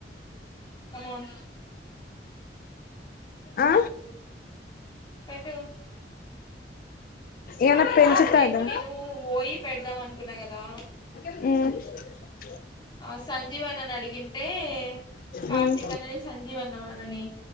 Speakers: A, on the left (about 25°); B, on the left (about 50°).
A: కమ్ ఆన్
B: ఆ
A: పెట్టూ
B: ఏమన్నా
A: కనీ
B: పెంచుతాదా
A: లాస్ట్ టైం నేను ఓయి పెడదాం అనుకున్న గదా
B: ఊ
A: ఆ సంజీవన్న నడిగింటే కార్తికన్నని
B: ఉమ్
A: సంజీవన్నవాళ్ళనీ